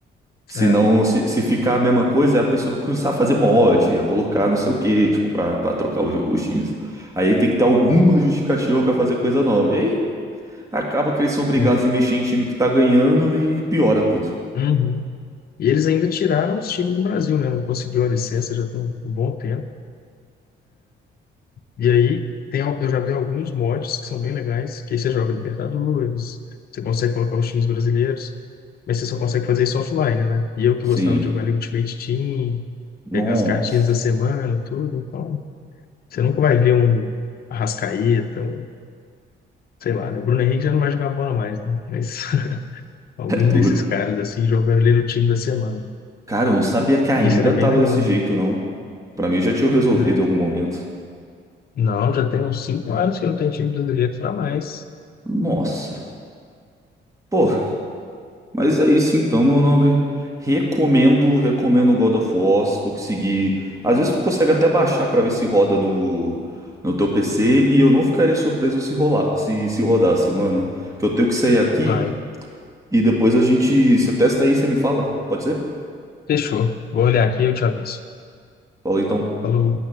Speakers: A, on the right; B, on the left.
A: Senão,
B: É,
A: se, se ficar a mesma coisa, a pessoa vai começar a fazer mod, a colocar não sei o que tipo, pra, pra trocar os, os times. Aí tem que ter alguma justificativa pra fazer coisa nova. E aí acaba que eles são obrigados
B: já.
A: a mexer em time que tá ganhando e piora tudo.
B: Uhum. E eles ainda tiraram os times do Brasil, né? Não conseguiu a licença já tem um bom tempo. E aí, tem, al- eu já vi alguns mods que são bem legais, que aí você joga Libertadores, você consegue colocar os times brasileiros, mas você só consegue fazer isso offline, né? E eu que
A: Sim.
B: gostava de jogar ali Ultimate Team,
A: Nossa,
B: pegar as cartinhas da semana, tudo, então Você nunca vai ver um Arrascaeta, um, sei lá, né? O Bruno Henrique já não vai jogar bola mais, né? Mas <laughs>
A: <laughs>
B: algum
A: é duro.
B: desses caras, assim, jogando ali no time da semana.
A: Cara, eu não sabia que ainda
B: Isso era
A: tava
B: bem legal,
A: desse jeito,
B: né?
A: não. Pra mim já tinha resolvido
B: É.
A: em algum momento.
B: Não, já tem uns cinco anos que não tem time brasileiro para mais.
A: Nossa. Pô, mas é isso então, meu nobre. Recomendo, recomendo o God of War, se tu conseguir. Às vezes tu consegue até baixar pra ver se roda no, no teu PC e eu não ficaria surpreso se rolar, se, se rodasse, mano. Que eu tenho que sair aqui
B: Ah,
A: e depois a gente, você testa aí, você me fala. Pode ser?
B: fechou. Vou olhar aqui e eu te aviso.
A: Fala então.
B: Falou.